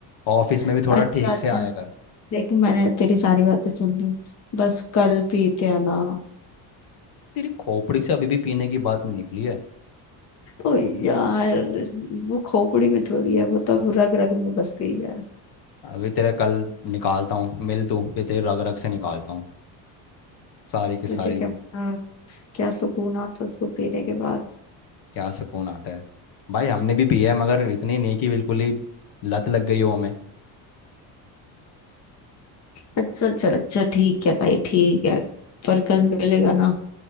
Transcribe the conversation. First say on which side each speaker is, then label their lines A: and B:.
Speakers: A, on the left; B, on the left.
A: ऑफिस में
B: है।
A: भी थोड़ा
B: अच्छा
A: ठीक
B: अच्छा
A: से आया कर
B: देख मैंने तेरी सारी बातें सुन ली बस कल पीते हैं ना
A: तेरी खोपड़ी से अभी भी पीने की बात नहीं निकली है
B: ओ यार वो खोपड़ी में थोड़ी है वो तो रग रग में बस गई है
A: अभी तेरा कल निकालता हूँ मिल तू फिर तेरी रग रग से निकालता हूँ सारी की सारी
B: तुझे क्या आ, क्या सुकून आता उसको पीने के बाद
A: क्या सुकून आता है भाई हमने भी पिया है मगर इतनी नहीं कि बिल्कुल ही लत लग गई हो हमें
B: अच्छा अच्छा अच्छा ठीक है भाई ठीक है पर कल मिलेगा ना